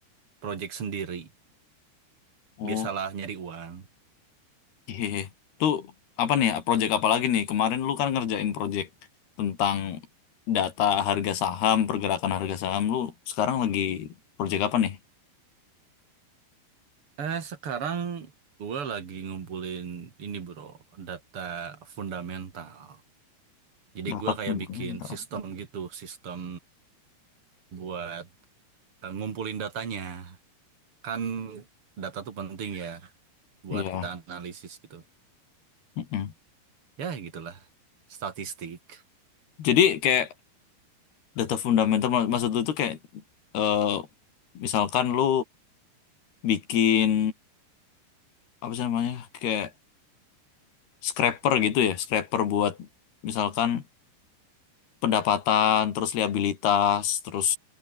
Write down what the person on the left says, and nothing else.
Oh,
iya. Tuh apa nih? ya? Project apa lagi nih? Kemarin lu kan ngerjain project tentang data harga saham, pergerakan harga saham. Lu sekarang lagi project apa nih?
Data
fundamental.
Iya.
mm-mm.
Jadi kayak data fundamental mak- maksud lu tuh kayak eh, misalkan lu bikin apa sih namanya? Kayak scraper gitu ya, scraper buat misalkan pendapatan, terus liabilitas, terus